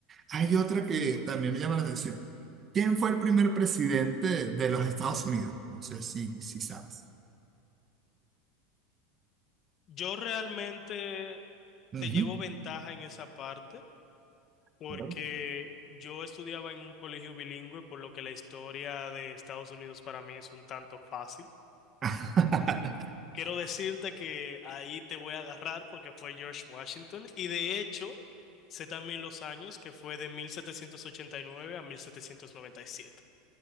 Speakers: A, on the right (about 30°); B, on the left (about 40°).
A: Hay otra que también me llama la atención. ¿Quién fue el primer presidente de los Estados Unidos? No sé si, si sabes.
B: Yo realmente
A: Ujú.
B: te llevo ventaja en esa parte. porque
A: Claro.
B: yo estudiaba en un colegio bilingüe, por lo que la historia de Estados Unidos para mí es un tanto fácil.
A: <laughs>
B: Quiero decirte que ahí te voy a agarrar porque fue George Washington y de hecho sé también los años que fue de 1789 a 1797